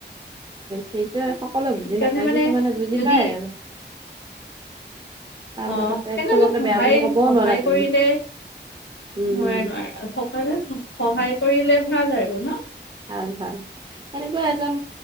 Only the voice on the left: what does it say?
সেইকাৰণে
মানে
যদি
অ
কেনেলোক
সহায়
সহায়
কৰিলে
নোৱাৰে
নোৱাৰে সকলোৱে সহায় কৰিলে ভাল আৰু ন